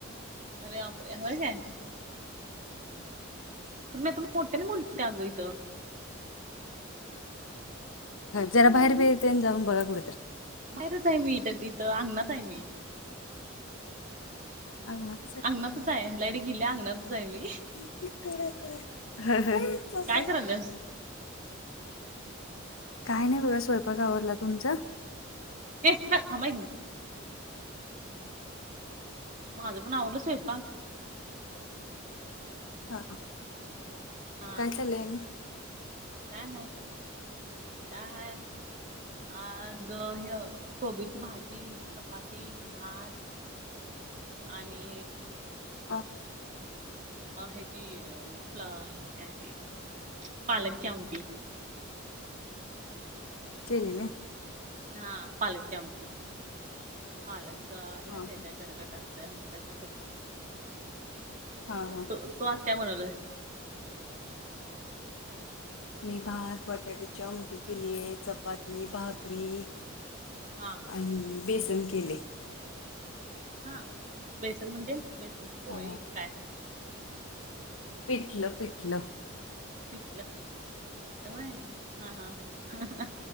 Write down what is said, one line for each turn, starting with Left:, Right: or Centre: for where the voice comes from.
Right: अरे बापरे होय काय? खर मी आता मोठ्यान बोलतिया ग इथ.
Left: जरा बाहेर बीर तेन जाऊन बघा कुठ तर.
Right: बाहेरच आहे मी इथ इथं अंगणात आहे मी.
Left: अंगणात
Right: अंगणातच हाय लाईट गीलिया अंगणातच हाय मी.
Left: <unintelligible>
Right: काय करायल्यास
Left: काय नाही बघा स्वयंपाक आवरला. तुमच?
Right: ये हाड, थांबा एक मिनट. माझं पण आवरलं स्वयंपाक.
Left: हा
Right: हा
Left: काय चाललंय आणि?
Right: काय नाय काय हाय आज ह्य कोबीची भाजी, चपाती, भात आणि
Left: हा,
Right: अ ह्या ची, काय ते, पालकची आमटी.
Left: केली मी
Right: हा, पालकची आमटी. पालक आहे
Left: हा
Right: ना, त्याच करतात गरगटा. काय म्हणतात ना त,
Left: हा हा
Right: तू आज काय बनवलय?
Left: मी भात, बटाट्याची आमटी, केलीय चपाती, भाकरी
Right: हां,
Left: आणि बेसन केलय.
Right: हा,, बेसन म्हणजे, बेसनची पोळी
Left: हा.
Right: काय?
Left: पिठलं, पिठलं,
Right: पिटलं, होय हा, ह